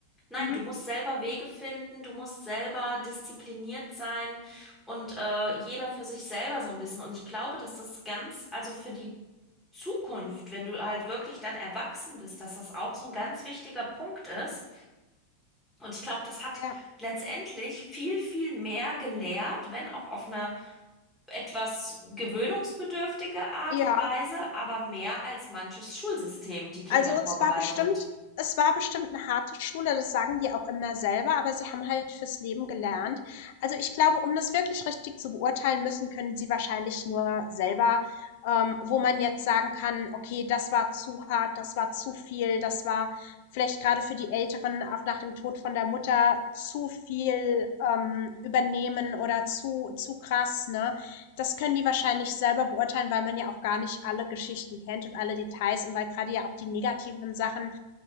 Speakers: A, in the centre; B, on the left.
A: Nein,
B: Mhm.
A: du musst selber Wege finden, du musst selber diszipliniert sein und äh, jeder für sich selber so ein bisschen. Und ich glaube, dass das ganz, also für die Zukunft, wenn du halt wirklich dann erwachsen bist, dass das auch so ein ganz wichtiger Punkt ist. Und ich glaube, das hat
B: Ja,
A: letztendlich viel, viel mehr gelehrt, wenn auch auf eine etwas gewöhnungsbedürftige Art
B: ja.
A: und Weise, aber mehr als manches Schulsystem die Kinder
B: Also,
A: vorbereitet.
B: es war bestimmt es war bestimmt eine harte Schule, das sagen die auch immer selber, aber sie haben halt fürs Leben gelernt. Also, ich glaube, um das wirklich richtig zu beurteilen müssen, können sie wahrscheinlich nur selber, ähm, wo man jetzt sagen kann: „Okay, das war zu hart, das war zu viel, das war vielleicht gerade für die Älteren auch nach dem Tod von der Mutter zu viel, ähm, übernehmen oder zu zu krass“, ne? das können die wahrscheinlich selber beurteilen, weil man ja auch gar nicht alle Geschichten kennt und alle Details und weil gerade ja auch die negativen Sachen